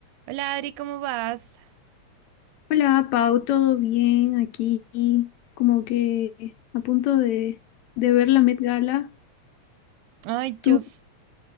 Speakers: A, on the right; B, on the left.
A: Hola Adri, ¿cómo vas?
B: Hola, Pau, ¿todo bien aquí? Como que a punto de, de ver la Met Gala.
A: Ay,
B: Tú,
A: yo s-